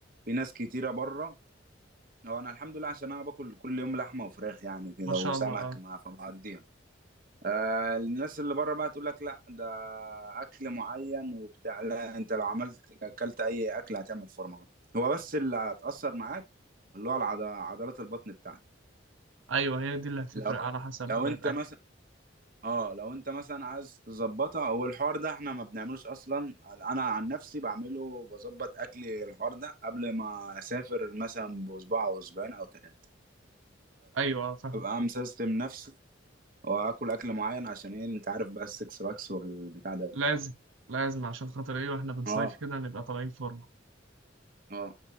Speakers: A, on the right; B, on the right.
A: في ناس كتيره بره هو انا الحمد لله عشان انا باكل كل يوم لحمه وفراخ يعني كده
B: ما شاء
A: وسمك
B: الله اه
A: ما فمقضيها آه الناس اللي بره بقى تقول لك لا ده اكل معين وبتاع لا انت لو عملت اكلت اي اكل هتعمل فورمه برضه. هو بس اللي هتاثر معاك اللي هو العض- عضلات البطن بتاعتك
B: أيوه هي دي اللي هتفرق
A: لو
B: على حسب
A: لو
B: الأكل
A: انت مثلا اه لو انت مثلا عايز تظبطها هو الحوار ده احنا ما بنعملوش اصلا انا عن نفسي بعمله بظبط اكلي الحوار ده قبل ما اسافر مثلا باسبوع او اسبوعين او ثلاثه
B: أيوه آه، فاهم
A: ببقى مسيستم نفسي واكل اكل معين عشان ايه انت عارف بقى السكس باكس والبتاع ده
B: لازم لازم عشان خاطر إيه وإحنا بنصيف
A: اه
B: كده نبقى طالعين فورمة
A: اه